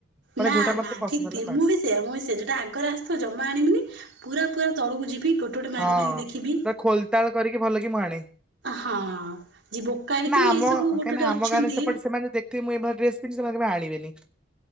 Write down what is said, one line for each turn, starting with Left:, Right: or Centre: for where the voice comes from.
Centre: ମାନେ
Right: ନା
Centre: ଯୋଉଟା
Right: ନା
Centre: ମତେ ପସନ୍ଦ
Right: ଠିକ
Centre: ହେଲା
Right: ଠିକ
Centre: ବାସ୍
Right: ମୁଁ ବି ସେିଏ ମୁଁ ବି ସେିଏ ଯୋଟା ଆଗରେ ଆସଥ ଜମା ଆଣିବିନି ପୁରା ପୁରା ତଳକୁ ଯିବି। ଗୋଟେ ଗୋଟେ ମାରି
Centre: ହଁ
Right: ମାରିକି ଦେଖିବି
Centre: ଖୋଲତାଳ କରିକି ଭଲ କି ମୁଁ ଆଣେ
Right: ହଁ ଯିଏ ବୋକା ହେଇଥିବ
Centre: ନା ଆମ
Right: ଏଇ ସବୁ
Centre: କାହିଁକି
Right: ଗୋଟେ ଗୋଟେ
Centre: ନା
Right: ଅଛନ୍ତି
Centre: ଆମ ଗାଁରେ ସେପଟେ ସେମାନେ ଦେଖିବେ ମୁଁ ଏଇଳି ଡ୍ରେସ ପିନ୍ଧି ସେମାନେ କେ ଆଣିବେନି।